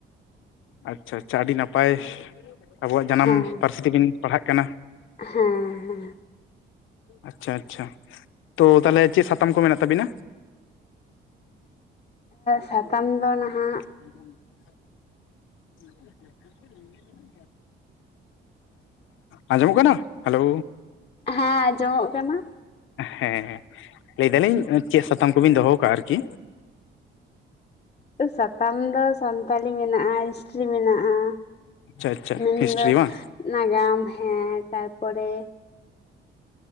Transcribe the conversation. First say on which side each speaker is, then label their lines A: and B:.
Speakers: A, on the left; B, on the left.
A: ᱟᱪᱪᱷᱟ ᱟᱪᱪᱷᱟ ᱟᱹᱰᱤ ᱱᱟᱯᱟᱭ ᱟᱵᱚᱣᱟᱜ ᱡᱟᱱᱟᱢ
B: ᱦᱮᱸ
A: ᱯᱟᱹᱨᱥᱤ ᱛᱮᱵᱤᱱ ᱯᱟᱲᱦᱟᱜ ᱠᱟᱱᱟ
B: ᱦᱮᱸ ᱦᱮᱸ
A: ᱟᱪᱪᱷᱟ ᱟᱪᱪᱷᱟ ᱛᱚ ᱛᱟᱦᱚᱞᱮ ᱪᱮᱫ ᱥᱟᱛᱟᱢ ᱠᱚ ᱢᱮᱱᱟᱜ ᱛᱟᱵᱤᱱᱟ
B: ᱥᱟᱛᱟᱢ ᱫᱚ ᱱᱟᱦᱟᱜ
A: <inaudible> <inaudible> ᱟᱸᱡᱚᱢᱚᱜ ᱠᱟᱱᱟ ᱦᱮᱞᱳ
B: ᱦᱮᱸ ᱟᱸᱡᱚᱢᱚᱜ ᱠᱟᱱᱟ
A: ᱦᱮᱸ ᱞᱟᱹᱭᱫᱟ ᱞᱤᱧ ᱪᱮᱫ ᱥᱟᱛᱟᱢ ᱠᱚᱵᱤᱱ ᱫᱚᱦᱚ ᱟᱠᱟᱫᱟ ᱟᱨᱠᱤ
B: ᱥᱟᱛᱟᱢ ᱫᱚ ᱥᱟᱱᱛᱟᱞᱤ ᱢᱮᱱᱟᱜᱼᱟ ᱦᱤᱥᱴᱨᱤ ᱢᱮᱱᱟᱜᱼᱟ
A: ᱟᱪᱪᱷᱟ ᱟᱪᱪᱷᱟ
B: ᱢᱮᱱᱫᱚ
A: ᱦᱤᱥᱴᱨᱤ ᱵᱟᱝ
B: ᱱᱟᱜᱟᱢ ᱦᱮᱸ ᱛᱟᱨᱯᱚᱨᱮ